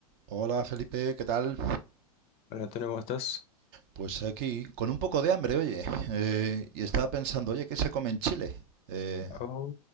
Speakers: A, on the right; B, on the left.
A: Hola Felipe, ¿qué tal?
B: Hola Antonio, ¿cómo estás?
A: Pues aquí, con un poco de hambre, oye. eh, y estaba pensando, oye, ¿qué se come en Chile? Eh,
B: Oh,